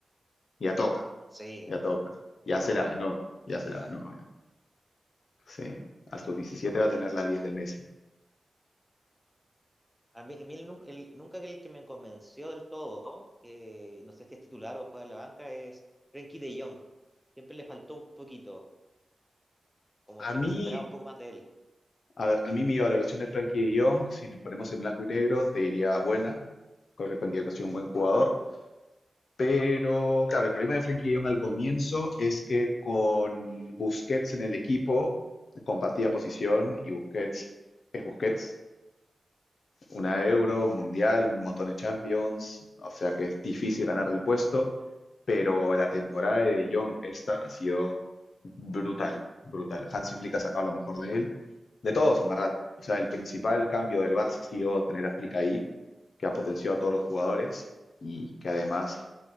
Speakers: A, on the left; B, in the centre.
A: ya toca.
B: sí,
A: Ya toca. Ya
B: de
A: se
B: todo.
A: la ganó. Ya se
B: toca.
A: la ganó. ya. Sí. A sus 17 va a tener la diez de Messi.
B: A mí, a mí el, nun- el- nunca el que me convenció del todo, eh, no sé si es titular o juega en la banca, es Frenkie de Jong. Siempre le faltó un poquito, como siempre
A: A mí,
B: se esperaba un poco más de él.
A: a ver, a mí mi valoración de Frankie de Jong, si nos ponemos en blanco y negro, te diría buena. Creo que Frankie de Jong ha sido un buen jugador. Pero, claro, el problema de Frankie de Jong al comienzo es que con Busquets en el equipo compartía posición y Busquets es Busquets. Una Euro, un Mundial, un montón de Champions. O sea que es difícil ganar el puesto. pero la temporada de De Jong esta ha sido brutal, brutal. Hansi Flick ha sacado lo mejor de él, de todos en verdad. O sea, el principal cambio del Barça ha sido tener a Flick ahí, que ha potenciado a todos los jugadores y que además